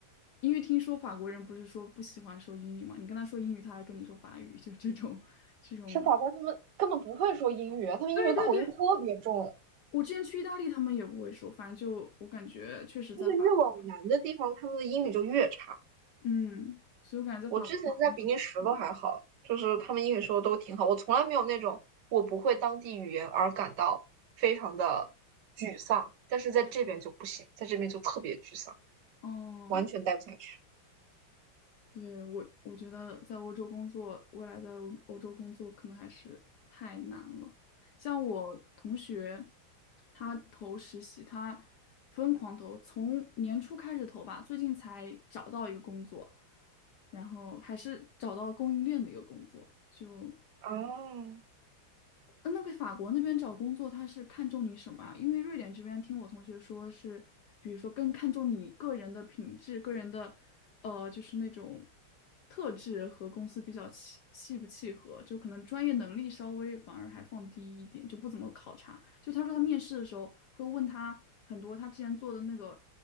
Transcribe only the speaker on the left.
因为听说法国人不是说不喜欢说英语嘛，你跟他说英语，他还跟你说法语，就这种这种
<laughs>。对对对，我之前去意大利，他们也不会说，反正就我感觉确实在法国，
嗯，所以我感觉在法国找工作确实很难，
哦。
对，我我觉得在欧洲工作，未来在欧欧洲工作可能还是太难了。像我同学，他投实习，他疯狂投，从年初开始投吧，最近才找到一个工作，然后还是找到供应链的一个工作，就。
呃那个法国那边找工作，他是看重你什么啊？因为瑞典这边听我同学说是，比如说更看重你个人的品质、个人的，呃，就是那种特质和公司比较契契不契合，就可能专业能力稍微反而还放低一点，就不怎么考察。就他说他面试的时候会问他很多他之前做的那个